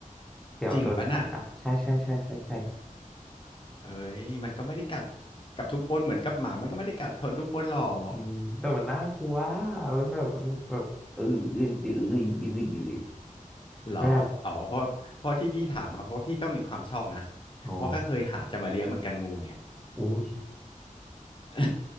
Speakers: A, in the centre; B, on the left.
A: เดี๋ยวโดนกัดอ่ะใช่ใช่ใช่ใช่ใช่
B: จริงปะน่ะเอ้ย มันก็ไม่ได้กัดกับทุกคนเหมือนกับหมามันก็ไม่ได้กัดคนทุกคนหรอก
A: อืมแต่มันน่ากลัวมันแบบมันแบบเออเออเออเออเออเออ
B: เหรออ๋อเพราะเพราะที่พี่ถามมาเพราะพี่ก็มีความชอบนะ
A: แบบอ๋อ
B: เพราะก็เคยหาจะมาเลี้ยงเหมือนกันงูเนี่ย
A: อุ้ย
B: <laughs>